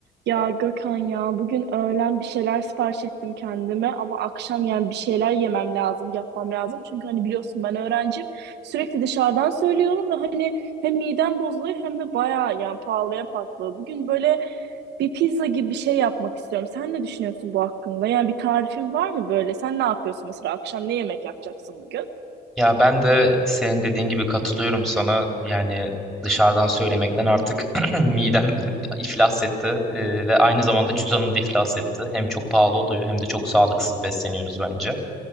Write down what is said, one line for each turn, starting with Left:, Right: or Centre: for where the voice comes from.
Right: Ya Gökhan ya bugün öğlen bir şeyler sipariş ettim kendime ama akşam yani bir şeyler yemem lazım, yapmam lazım. Çünkü hani biliyorsun ben öğrencim. Sürekli dışarıdan söylüyorum ve hani hem midem bozuluyor hem de bayağı yani pahalıya patlıyor. Bugün böyle bir pizza gibi bir şey yapmak istiyorum. Sen ne düşünüyorsun bu hakkında? Yani bir tarifin var mı böyle? Sen ne yapıyorsun mesela akşam ne yemek yapacaksın bugün?
Centre: Ya ben de senin dediğin gibi katılıyorum sana. Yani dışarıdan söylemekten artık <clears throat> midem <laughs> iflas etti Ee, ve aynı zamanda cüzdanım da iflas etti. Hem çok pahalı oluyor hem de çok sağlıksız besleniyoruz bence.